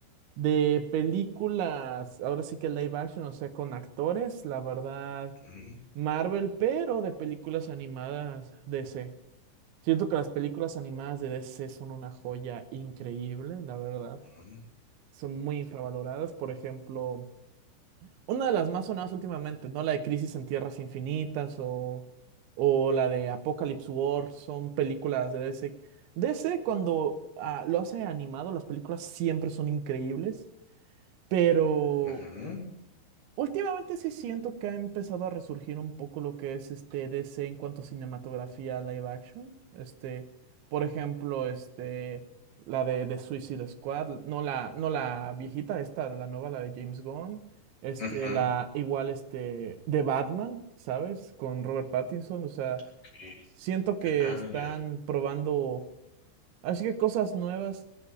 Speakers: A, on the right; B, on the left.
A: de películas, ahora sí que live action, o sea, con actores, la verdad,
B: Mm,
A: Marvel, pero de películas animadas DC. Siento que las películas animadas de DC son una joya increíble, la verdad.
B: mm,
A: Son muy infravaloradas. Por ejemplo, Una de las más sonadas últimamente, ¿no? La de Crisis en Tierras Infinitas o, o la de Apocalypse War, son películas de DC. DC cuando ah, lo hace animado, las películas siempre son increíbles, pero
B: ujú,
A: Últimamente sí siento que ha empezado a resurgir un poco lo que es este DC en cuanto a cinematografía live action. Este, por ejemplo, este, la de, de Suicide Squad, no la, no la viejita, esta, la nueva, la de James Gunn. Este,
B: ujú,
A: la igual este de Batman, ¿sabes? Con Robert Pattinson. O sea,
B: ok,
A: siento que
B: Ah,
A: están
B: ya.
A: probando. Así que cosas nuevas.